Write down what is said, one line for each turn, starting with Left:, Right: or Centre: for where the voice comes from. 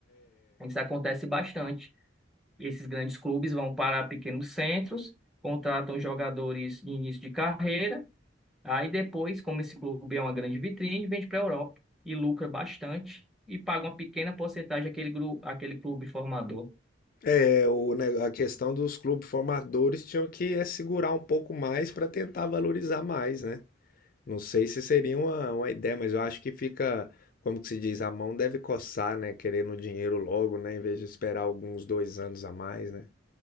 Centre: Isso acontece bastante. E Esses grandes clubes vão para pequenos centros, contratam jogadores de início de carreira, aí depois, como esse clube é uma grande vitrine, vende para a Europa e lucra bastante e paga uma pequena porcentagem àquele, gru- àquele clube formador.
Left: É, o, ne- a questão dos clubes formadores tinham que é, segurar um pouco mais pra tentar valorizar mais, né? Não sei se seria uma, uma ideia, mas eu acho que fica, como que se diz, a mão deve coçar, né? Querendo o dinheiro logo, né? Em vez de esperar alguns dois anos a mais, né?